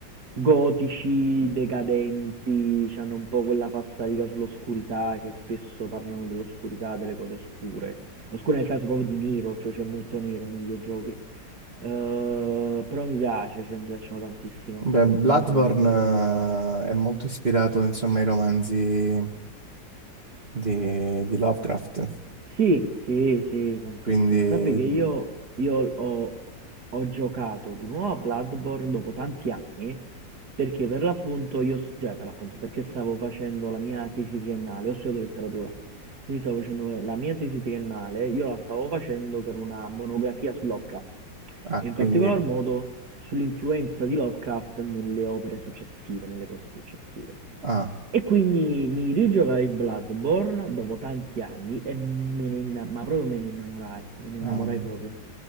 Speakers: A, on the right; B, on the right.
A: Gotici, decadenti, hanno un po' quella falsariga sull'oscurità, che spesso parlano dell'oscurità, delle cose oscure. Oscure nel senso proprio di nero, cioè c'è molto nero nei videogiochi. Ehm, però mi piace, cioè mi piacciono tantissimo,
B: Beh,
A: rimangono
B: Bloodborne
A: fra i miei videogiochi
B: eh, è molto ispirato, insomma, ai romanzi di, di Lovecraft,
A: Sì, sì, sì, tantissimo.
B: quindi...
A: Sappi che io, io ho, ho giocato di nuovo a Bloodborne dopo tanti anni perché per l'appunto io, s- cioè per l'appunto, perché stavo facendo la mia tesi triennale, ho studiato letteratura, quindi stavo facendo la mia tesi triennale, io la stavo facendo per una monografia su Lovecraft
B: Ah,
A: e in
B: quindi...
A: particolar modo sull'influenza di Lovecraft nelle opere successive, nelle cose successive.
B: Ah,
A: E quindi mi rigiogai il Bloodborne dopo tanti anni e me ne inna- ma proprio me ne innamorai, me ne innamorai
B: ah.
A: proprio,